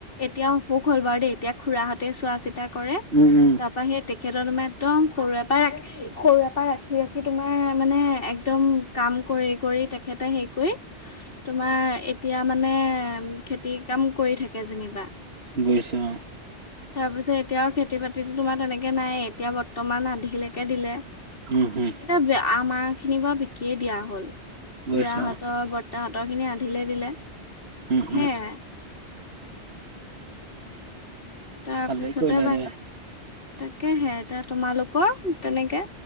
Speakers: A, on the left; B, on the right.
A: এতিয়া অসুখ হ'ল বাৰু দেই এতিয়া খুৰাহঁতে চোৱা চিতা কৰে।
B: উম উম
A: তাৰপা সেই তেখেতৰ তোমাৰ একদম সৰুৰে পৰা ৰাখি সৰুৰে পৰা ৰাখি, ৰাখি তোমাৰ মানে একদম কাম কৰি, কৰি তেখেত ত হে কৰি, তোমাৰ এতিয়া মানে খেতি কাম কৰি থাকে যেনিবা।
B: বুজিছো অ।
A: তাৰ পিছত, এতিয়াও খেতি বাতিতো তোমাৰ তেনেকে নাই। এতিয়া বৰ্তমান আধিলৈকে দিলে। এতিয়া
B: উম হুম
A: বি আমাৰ খিনি বা বি কি দিয়া হ'ল। খুৰাহঁতৰ
B: বুজিছো অ
A: বৰ্তাহঁতৰ খিনি আধিলে দিলে।
B: উম, উম।
A: সেয়াই তাৰ
B: ভালেই
A: পিছতে
B: কৰিলা
A: বা
B: দিয়া।
A: তাকেহে এতিয়া তোমালোকৰ তেনেকে